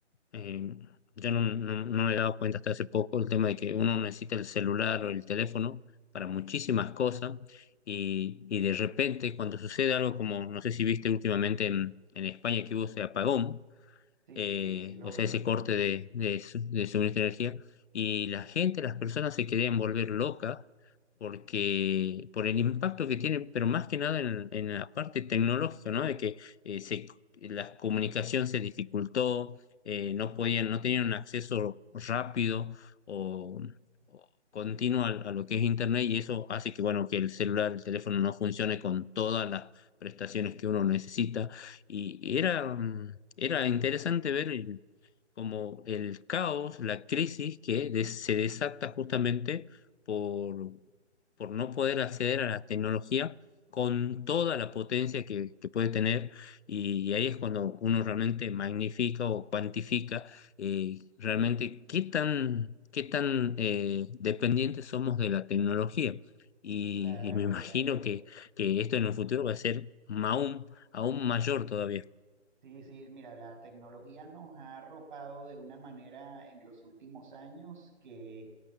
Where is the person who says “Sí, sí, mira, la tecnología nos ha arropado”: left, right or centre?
Right